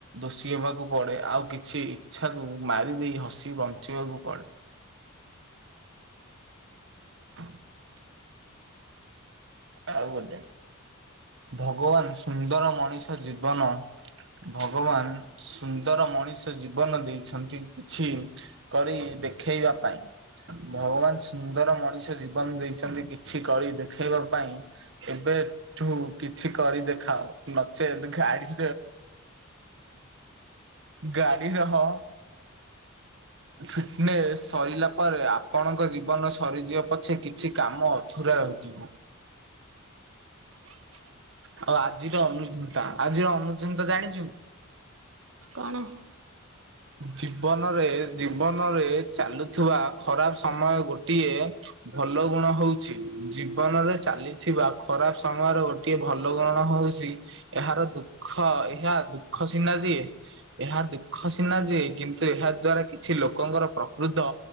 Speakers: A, on the right; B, on the right.
A: ଦୋଷୀ ହେବାକୁ ପଡେ ଆଉ କିଛି ଇଛାକୁ ମାରି ଦେଇ ହସି ବଞ୍ଚିବାକୁ ପଡେ। <unintelligible> ଆଉ ଗୋଟେ ଭଗବାନ ସୁନ୍ଦର ମଣିଷ ଜୀବନ ଭଗବାନ ସୁନ୍ଦର ମଣିଷ ଜୀବନ ଦେଇଛନ୍ତି କିଛି କରି ଦେଖେଇବା ପାଇଁ। ଭଗବାନ ସୁନ୍ଦର ମଣିଷ ଜୀବନ ଦେଇଛନ୍ତି କିଛି କରି ଦେଖେଇବାକୁ ପାଇଁ ଏବେଠୁ କିଛି କରି ଦେଖାଅ ନଚେତ୍ ଗାଡି ଗାଡି ରହ
B: <inaudible>
A: ଫିଟନେସ୍ ସରିଲା ପରେ ଆପଣଙ୍କ ଜୀବନ ସରିଯିବ ପଛେ କିଛି କାମ ଅଧୁରା ରହିଯିବ।
B: ନାଇଁାଇ <unintelligible>
A: ଆଉ ଆଜିର ଅନୁଚିନ୍ତା ଆଜିର ଅନୁଚିନ୍ତା ଜାଣିଛୁ।
B: କଣ?
A: ଜୀବନରେ ଜୀବନରେ ଚାଲୁଥିବା ଖରାପ ସମୟ ଗୋଟିଏ। ଭଲ ଗୁଣ ହଉଛି ଜୀବନରେ ଚାଲିଥିବା ଖରାପ ସମୟର ଗୋ ଟିଏ ଭଲ <unintelligible> ହଉଛି ଏହାର ଦୁଃଖ ଏହା ଦୁଃଖ ସିନା ଦିଏ ଏହା ଦୁଃଖ ସିନା ଦଏ କିନ୍ତୁ ଏହା ଦ୍ଵାରା କିଛି ଲୋକଙ୍କର ପ୍ରକୃତ